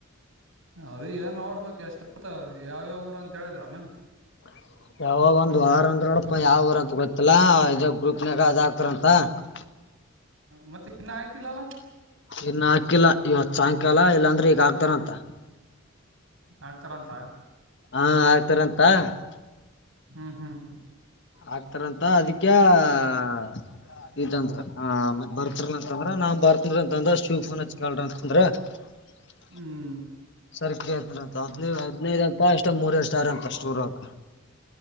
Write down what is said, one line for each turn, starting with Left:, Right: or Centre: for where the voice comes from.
Right: ಅದ ಏನ್ ನೋಡ್ಬೇಕಕ್ ಎಷ್ಟಂತ ಯಾವ್ಯ ಊರ ಅಂತ ಹೇಳಿದ್ರಾನ <unintelligible>
Left: ಹ <inaudible> ಯಾವಾಗ ಒಂದ್ ವಾರ ಅಂದ್ರ ನಡಪ ಯಾವ ವಊ ಅಂತ ಗೊತ್ತಿಲ್ಲ ಇದ ಗ್ರೂಪ್ನಾಗ ಅದ ಆಕ್ತಾರಂತ <unintelligible>
Right: ಮತ್ತೆ ಇನ್ನ ಹಾಕಿಲ್ಲಲ್ಲ <unintelligible>
Left: ಇನ್ನು ಹಾಕಿಲ್ಲ ಇವತ್ತು ಸಾಯಂಕಾಲ ಇಲ್ಲಾಂದ್ರೆ ಈಗ ಆಕ್ತಾರಂತ <unintelligible>
Right: ಆಗ್ತರ ಅಂತ <unintelligible>
Left: ಹಾ ಆಗ್ತರಂತ <unintelligible>
Right: ಹ್ಮ್ ಹ್ಮ್ <unintelligible>
Left: ಆಗ್ತಾರಂತ ಅದಕ್ಕೆ <unintelligible> ಇದಂದ್ರ ಆ ಮತ್ ಬರ್ತರ ಅಂತಂದ್ರ ನಾನ್ ಬರ್ತರ ಅಂತಂದ್ರ ಶಿವ ಫನ್ ಹಚ್ಕಲ್ ಅಂತಂದ್ರ <unintelligible>
Right: ಹ್ಮ್
Left: ಸರ್ಕ ಆತನ ಹದ್ ಹದ್ನೈದು ಅಂತ ಎಷ್ಟ ಮೂರಡು ಸ್ಟಾರ್ ಅಂತ ಸೂರಕ